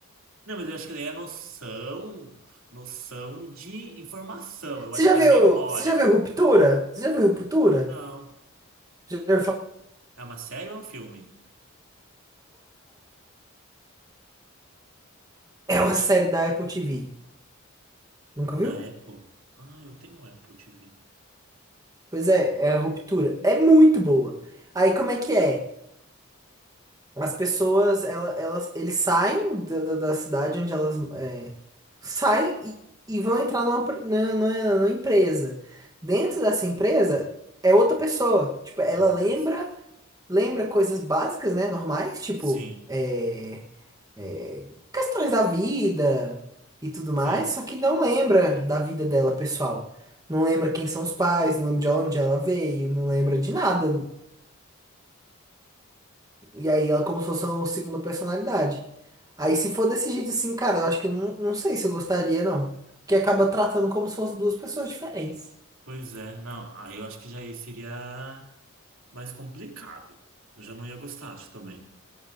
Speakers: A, on the right; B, on the right.
A: Não, mas eu acho que daí é noção, noção de informação. Eu
B: Você
A: acho
B: já
A: que
B: viu,
A: é memória.
B: você já viu Ruptura? Você já viu Ruptura?
A: Não.
B: Já viu falar?
A: É uma série ou é um filme?
B: É uma série da Apple TV. Nunca viu?
A: Da Apple? Ah, eu tenho um Apple TV.
B: Pois é, é a ruptura. É muito boa. Aí como é que é? As pessoas, ela, elas, eles saem da, da, da cidade onde elas é, saem e, e vão entrar numa, pre- na- na- numa empresa. Dentro dessa empresa é outra pessoa. Tipo, ela
A: Ai, meu
B: lembra
A: Deus.
B: lembra coisas básicas, né? Normais, tipo,
A: Sim,
B: é, é, questões da vida e tudo
A: sim.
B: mais, só que não lembra da vida dela, pessoal. Não lembra quem são os pais, não lembra de onde ela veio, não lembra de nada. E aí ela como se fosse uma segunda personalidade. Aí se for desse jeito assim, cara, eu acho que eu não, não sei se eu gostaria, não. Porque acaba tratando como se fossem duas pessoas diferentes.
A: Pois é. Não, aí eu acho que já aí seria mais complicado. Eu já não ia gostar, acho também.